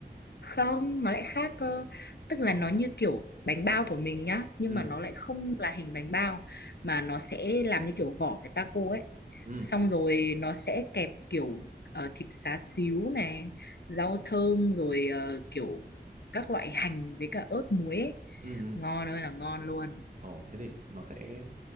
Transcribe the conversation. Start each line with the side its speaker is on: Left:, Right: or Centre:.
Left: Không, nó lại khác cơ. Tức
Right: Đó.
Left: là nó như kiểu bánh bao của mình nhá, nhưng
Right: Ừ,
Left: mà nó lại không là hình bánh bao mà nó sẽ làm như kiểu vỏ cái taco ấy.
Right: ừ,
Left: Xong rồi nó sẽ kẹp kiểu ờ, thịt xá xíu này, rau thơm rồi ờ, kiểu các loại hành với cả ớt muối ấy.
Right: ừ, ừ.
Left: Ngon ơi là ngon luôn.
Right: Ồ, thế thì nó sẽ